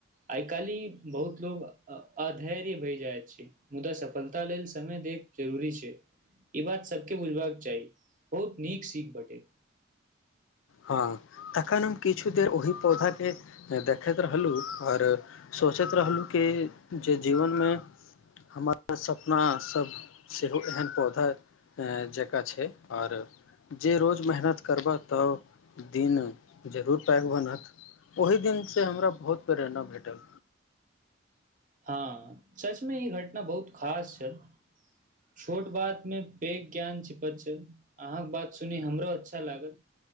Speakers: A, on the right (about 40°); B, on the left (about 80°).
A: आइ काल्हि बहुत लोक अधैर्य भै जाइ अछी मुदा सफलता लेल समय देब जरूरी छै। ई बात सब केँ बुझबाक चाही बहुत नीक सीख भेटे
B: हँ तखन हम किछु देर ओहि पौधा केँ देखैत रहलूँ और सोचैत रहलुँ कि जे जीवन में हमर सपना सब सेहो एहन पौधा जकाँ छै और जे रोज मेहनत करबा तऽ दिन जरूर पैघ बनत ओहि दिन से हमरा बहुत प्रेरणा भेटल
A: हँ सच में ई घटना बहुत खास छैल। छोट बात में पेघ ज्ञान छिपल छल अहाँ कऽ बात सुनी हमरो अच्छा लागल